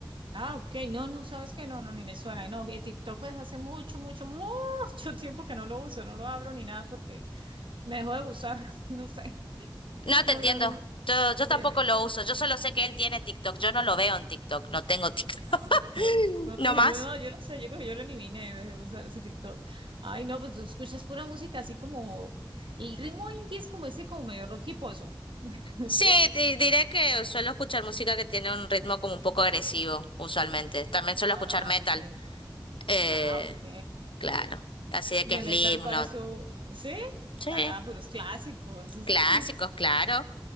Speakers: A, on the right (about 80°); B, on the left (about 90°).
A: Ah, ok, no, no, sabes que no, no, ni me suena, no, y TikTok pues hace mucho, mucho, mucho <laughs> tiempo que no lo uso, no lo abro ni nada porque me dejó de gustar, <laughs> no sé,
B: No te
A: no,
B: entiendo.
A: no, no,
B: Yo, yo
A: sí,
B: tampoco
A: me...
B: lo uso. Yo solo sé que él tiene TikTok. Yo no lo veo en TikTok. No tengo TikTok.
A: ah,
B: <laughs>
A: ok, no,
B: No
A: tiene-
B: más.
A: no, yo no sé, yo creo que yo lo eliminé, dejé de usar ese TikTok, ay, no, pues tú escuchas pura música así como, el ritmo indie es como ese, como medio rock y pozo, <laughs>
B: Sí,
A: ¿sí?
B: te diré que suelo escuchar música que tiene un ritmo como un poco agresivo, usualmente. También suelo
A: Ah,
B: escuchar metal.
A: ok,
B: Eh,
A: ah, ok,
B: Claro, así de
A: de
B: que Slipknot.
A: metal, ¿cuál es su, sí?
B: Sí,
A: Ah, ah, puros clásicos, esos.
B: clásicos, claro,